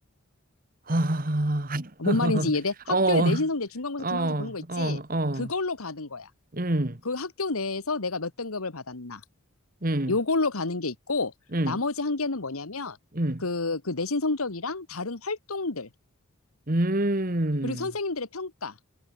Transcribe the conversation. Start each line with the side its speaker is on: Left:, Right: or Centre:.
Right: 아,
Left: 뭔 말인지 이해돼?
Right: <laughs>
Left: 학교의
Right: 어,
Left: 내신 성적, 중간고사,
Right: 어,
Left: 기말고사 보는 거 있지?
Right: 어, 어.
Left: 그걸로 가는 거야.
Right: 음,
Left: 그 학교 내에서 내가 몇 등급을 받았나.
Right: 음,
Left: 요걸로 가는 게 있고,
Right: 음,
Left: 나머지 한 개는 뭐냐면,
Right: 음,
Left: 그,
Right: 음,
Left: 그 내신 성적이랑 다른 활동들,
Right: 음.
Left: 그리고 선생님들의 평가,